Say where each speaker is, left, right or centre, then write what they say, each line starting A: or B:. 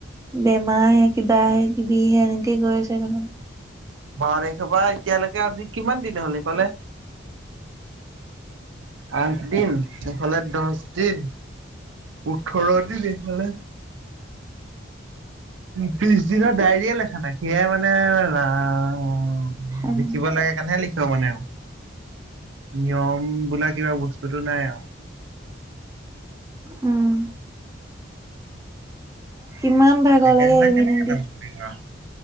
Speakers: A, on the right; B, on the right.
A: বেমাৰ হে কিবা হে কিবি হে এনেকেই গৈ আছে দেখোন।
B: বাৰ তাৰিখৰ পৰা এতিয়ালৈকে আজি কিমান দিন হ'ল? ইফালে আঠ দিন ইফালে দহ দিন। উঠৰৰ দিন এইফালে <unintelligible> ত্ৰিৰিচ দিনৰ ডাইৰিয়ে লেখা নাই সেয়াই মানে ৰাম।
A: উম
B: লিখিব লাগে কাৰনেহে লিখি খ মানে আৰু নিয়ম বোলা কিবা বস্তুতটো নাই আৰু।
A: উম। কিমান ভাগৰ
B: এনেকে
A: লাগে
B: হলে
A: ইভিনিং
B: কেনেকে
A: দি
B: নাম ভৰিব আৰু